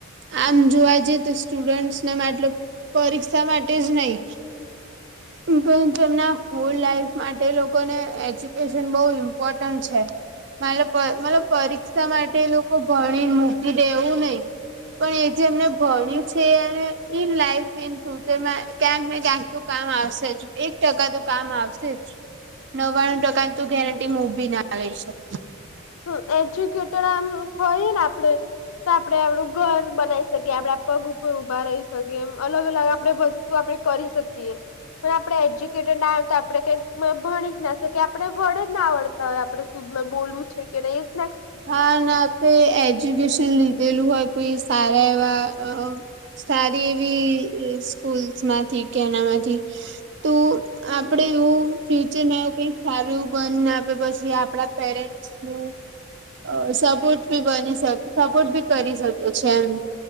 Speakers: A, on the right; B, on the left.
A: આમ જોવા જઈએ તો સ્ટુડન્ટસને મા આટલે પરીક્ષા માટે જ નઈ પરતુ તેમના હોલ લાઈફ માટે લોકોને એજ્યુકેશન બો ઇમ્પોર્ટન્ટ છે. માલ પ મતલબ પરીક્ષા માટે લોકો ભણી મૂકી દે એવુ નઈ પણ એ જે એમને ભણ્યું છે, એને ઈન લાઈફ ઈન ફ્યુચરમાં ક્યાંક ને ક્યાંક તો કામ આ સેજ એક ટકા તો કામ આવશે જ નવ્વાણું ટકા તો ગેરં ટી મુ ભી ના લઈ <unintelligible>
B: હ એજ્યુકેટેડ આમ હોય ને આપડે તો આપડે આપડું ઘર બનાવી શકીએ આપડે પગ ઉપર ઊભા રહી શકીએ એમ અલગ અલગ આપડે વસ તુ આપણે કરી શકીએ પણ આપડે એજ્યુકેટેડ ના તો આપણે કઈક ભણી જ ના શકીએ આપડે વડ જ ના આવડતા હોય આપડે <unintelligible> બોલું છે, કે નય
A: હા ના પે એજ્યુકેશન લીધેલું હોય તો ઈ સારા એવા અ સારી એવી સ્કૂલ્સ માંથી કે એનામાંથી તુ આપડે એવું ફ્યુચરમાં એવું કઈક સારું એવું બન આપડે પછી આપડા પેરેન સનુ અ સપોર્ટ બી બની શ સપોર્ટ બી કરી શકો છે, એમ